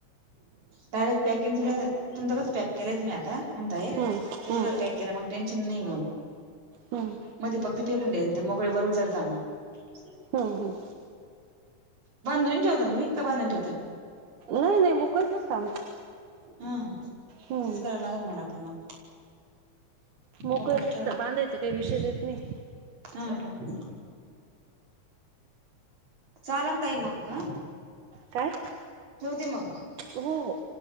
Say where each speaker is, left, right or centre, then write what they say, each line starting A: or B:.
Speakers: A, on the right; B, on the right.
A: डायरेक्ट तुम तुमचं कसं पॅक केलंय तुम्ही आता म्हणताय
B: हम्म
A: तसं
B: हम्म
A: जर पॅक केलं मग टेन्शन नाही, मग
B: हम्म
A: मध्ये फक्त फेकून द्यायच मोकळे बरोबर चरता मग
B: हम्म हम्म
A: बांधून ठेवता तुम्ही का बांधून ठेवता
B: नाही नाही मोकळच असतं आमचं
A: हम्म तसंच
B: हम्म
A: करायला लागलं मला, पण मग
B: मोकळच
A: मोकळीच
B: असतं बांधायचं काही विषयच येत नाही.
A: हम्म हम्म चाललं ताई मग हं
B: काय?
A: ठेवते मग.
B: हो हो